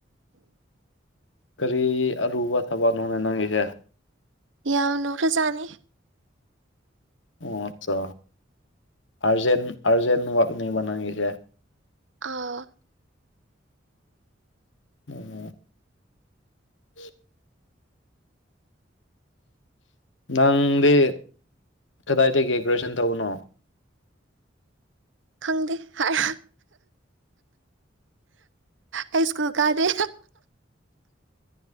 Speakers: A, on the left (about 70°); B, on the right (about 70°).
A: ꯀꯔꯤ ꯑꯔꯨꯕ ꯊꯕꯛꯅꯣꯅꯦ ꯅꯪꯉꯏꯁꯦ
B: ꯌꯥꯝ ꯅꯣꯛꯈ꯭ꯔꯖꯥꯅꯤ
A: ꯑꯣ ꯑꯠꯆꯥ ꯑꯔꯖꯦꯟ ꯑꯔꯖꯦꯟ ꯛꯅꯤꯕꯅꯒꯦꯁꯦ
B: ꯑ
A: ꯑꯣ ꯍ ꯅꯪꯗꯤ ꯀꯗꯥꯏꯗꯒꯤ ꯒ꯭ꯔꯨꯦꯁꯟ ꯇꯧꯕꯅꯣ
B: ꯈꯪꯗꯦ ꯍꯥꯏꯔ ꯑꯩ ꯁ꯭ꯀꯨꯜ ꯀꯥꯟꯗꯦ